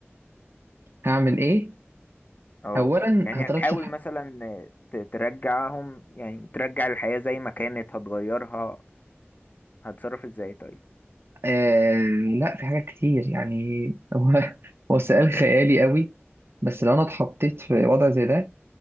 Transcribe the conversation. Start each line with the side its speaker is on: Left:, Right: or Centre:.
Right: هعمل ايه
Left: اه
Right: اولا
Left: يعني
Right: هترشح
Left: هتحاول مثلا ت- ترجعهم يعني ترجع الحياة زي ما كانت هتغيرها هتتصرف ازاي طيب
Right: آه لا في حاجات كتير يعني <laughs> هو هو سؤال خيالي قوي بس لو انا اتحطيت في وضع زي ده